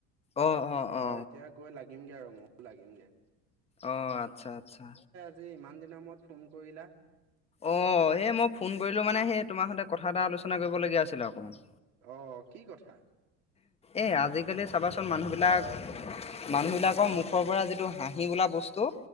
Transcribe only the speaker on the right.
তাৰ পৰা
এতিয়া গৈ লাগিম গে আৰু মইও লাগিম গে।
আজি ইমান দিনৰ মূৰত ফোন কৰিলা।
অ', কি কথা?